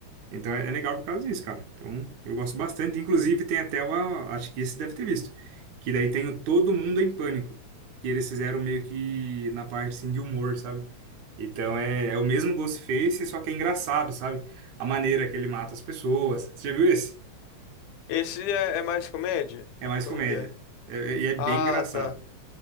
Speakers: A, on the right; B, on the left.
A: Então é, é legal por causa disso, cara. Então eu gosto bastante. Inclusive tem até uma, acho que esse deve ter visto, que daí tem o Todo Mundo em Pânico, que eles fizeram meio que na parte, assim, de humor, sabe? Então é, é o mesmo Ghostface, só que é engraçado, sabe? A maneira que ele mata as pessoas. Você já viu esse?
B: Esse é, é mais comédia?
A: É mais
B: Como
A: comédia.
B: que é?
A: É- é- E é, bem
B: Ah,
A: engraçado.
B: tá.